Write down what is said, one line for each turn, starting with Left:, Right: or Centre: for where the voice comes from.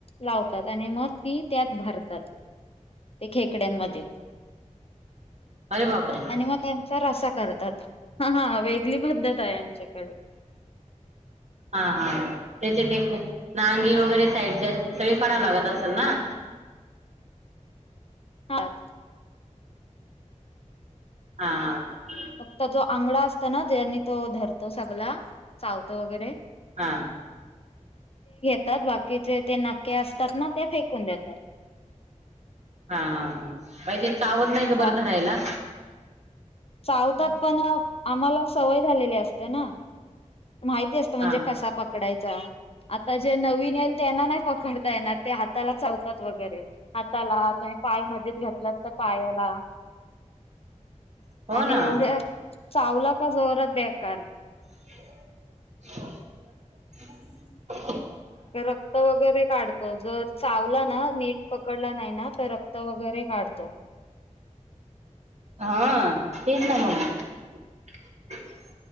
Left: लावतात आणि मग ती त्यात भरतात ते खेकड्यांमध्ये
Right: अरे बापरे
Left: आणि मग त्यांचा रसा करतात ह हा वेगळी पद्धत आहे आमच्याकडे.
Right: हा हा त्याचे एक नांगी वगैरे साईडचे असतील सगळे कराव लागत असेल ना <inaudible>
Left: हात
Right: हा हा
Left: फक्त जो आंगडा असत ना. जनी तो धरतो सगला चावतो वगैरे.
Right: हा.
Left: <inaudible> बाकीचे ते नके असतात ना ते फेकून देतात.
Right: हा. बा ते चावत नाही का
Left: बा
Right: बरं धरायला.
Left: चावतात पण आम्हाला सवय झालेली असते ना. माहिती असतं म्हणजे
Right: हा
Left: कसा पकडायचा. आता जे नवीन येईल त्यांना नाही पकडता येणार ते हाताला चालतात वगैरे हाताला ह. पाय मधेच घातलात तर पायाला.
Right: <inaudible>
Left: आणि
Right: ना
Left: एवढ्या चावला का जोरात बेकार.
Right: <inaudible>
Left: रक्त वगैरे काढतो. जर चावला ना नीट पकडला नाही ना तर रक्त वगर. वगैरे काढतो.
Right: हा तेच ना मग. <inaudible>